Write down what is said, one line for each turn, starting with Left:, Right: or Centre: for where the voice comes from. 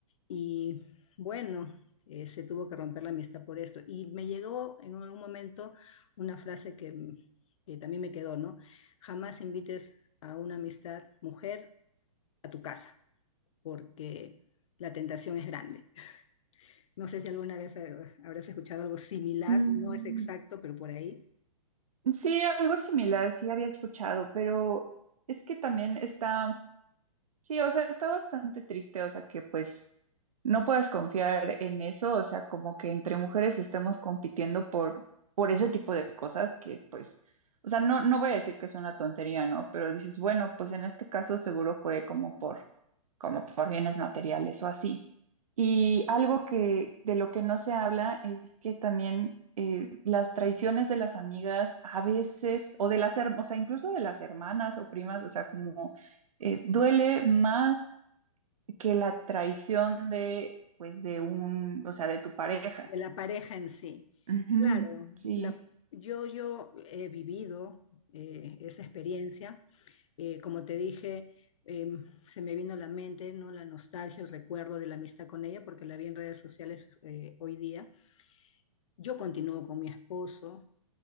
Left: Y bueno, eh, se tuvo que romper la amistad por esto. Y me llegó en algún momento una frase que, que también me quedó, ¿no? Jamás invites a una amistad mujer a tu casa, porque la tentación es grande. No sé si alguna vez eh, habrás escuchado algo similar,
Right: Mm,
Left: no es exacto, pero por ahí,
Right: sí, algo similar, sí había escuchado, pero es que también está Sí, o sea, está bastante triste, o sea, que pues no puedas confiar en eso, o sea, como que entre mujeres estemos compitiendo por, por ese tipo de cosas que pues, o sea, no, no voy a decir que es una tontería, ¿no? Pero dices, bueno, pues en este caso seguro fue como por, como por bienes materiales o así. Y algo que de lo que no se habla es que también eh, las traiciones de las amigas a veces, o de las, her- o sea, incluso de las hermanas o primas, o sea, como eh, duele más que la traición de, pues, de un, o sea, de tu pareja.
Left: de la pareja en sí.
Right: Ujú,
Left: Claro,
Right: sí,
Left: la- yo, yo he vivido eh, esa experiencia Eh, como te dije, eh, se me vino a la mente, ¿no? La nostalgia, el recuerdo de la amistad con ella, porque la vi en redes sociales eh, hoy día. Yo continúo con mi esposo,